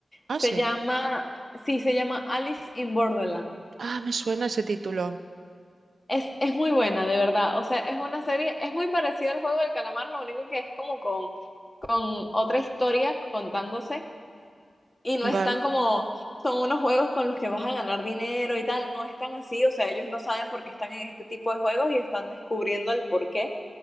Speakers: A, on the right (about 75°); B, on the left (about 25°).
A: Ah,
B: Se
A: sí.
B: llama, sí, se llama Alice in Borderland.
A: Ah, me suena ese título.
B: Es, es muy buena, de verdad. O sea, es una serie, es muy parecida al juego del calamar, lo único que es como con, con otra historia contándose y no
A: Vale.
B: están como, son unos juegos con los que vas a ganar dinero y tal, no están así, o sea, ellos no saben por qué están en este tipo de juegos y están descubriendo el por qué,